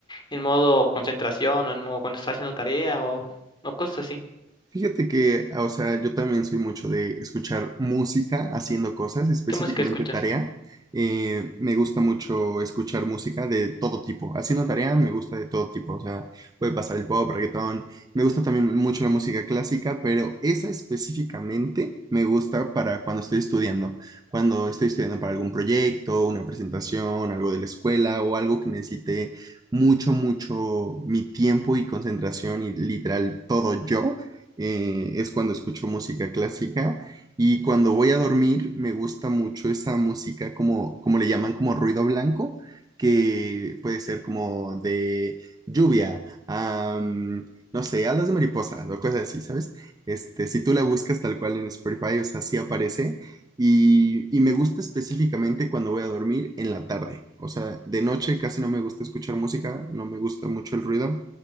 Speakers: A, on the left; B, on the right.
A: en modo concentración o en modo cuando estás haciendo tarea o o cosas así.
B: Fíjate que, o sea, yo también soy mucho de escuchar música haciendo cosas, específicamente
A: ¿Qué música escuchas?
B: tarea. Eh, me gusta mucho escuchar música de todo tipo. Haciendo tarea me gusta de todo tipo, o sea, puede pasar el pop, reggaetón. Me gusta también mucho la música clásica, pero esa específicamente me gusta para cuando estoy estudiando. Cuando estoy estudiando para algún proyecto, una presentación, algo de la escuela o algo que necesite mucho, mucho mi tiempo y concentración y literal todo yo eh, es cuando escucho música clásica y cuando voy a dormir me gusta mucho esa música como, como le llaman como ruido blanco, que puede ser como de lluvia, am, no sé, alas de mariposa o cosas así, ¿sabes? Este, si tú la buscas tal cual en Spotify, o sea, sí aparece y, y me gusta específicamente cuando voy a dormir en la tarde, o sea, de noche casi no me gusta escuchar música, no me gusta mucho el ruido